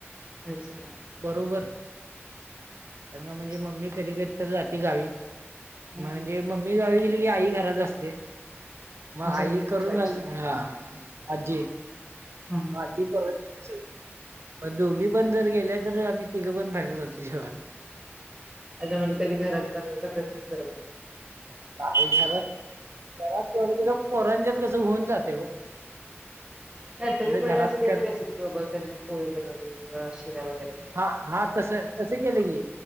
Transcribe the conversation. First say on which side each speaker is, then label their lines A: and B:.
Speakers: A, on the right; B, on the right.
A: अच्छा
B: बरोबर म्हणजे
A: अच्छा
B: मम्मी कधीं कधीं तरं जांते गांवी
A: हा
B: म्हणजे
A: हा
B: मम्मी मी गांवी गेली की आई घरांत असतें मंग
A: अच्छा
B: आई
A: म्हणजे तुमची
B: करूंन
A: आजी
B: घालते की हां आज्जी हां
A: हा हा
B: ती करूंन देते असेलं मंग दोघी पणं जरं गेल्यां तरं आम्हीं तिघं पणं बाहेर जांतो जेवांयलां
A: अगं म्हणजे कधीं घरांत बनवांयच प्रयत्नही करतं नाहीं
B: नाहीं घरांत घरांत तेवढं केलं पोरांच्यांचं कसं होऊंन जाते हो
A: गणपती
B: म्हणजे
A: पणं
B: घरात
A: असं कांहीतरी
B: कर
A: असेलं कि बाबां कधीं पोहे बनवले किंवा शिरा वगैरें
B: हां हां तसं तसं केलं की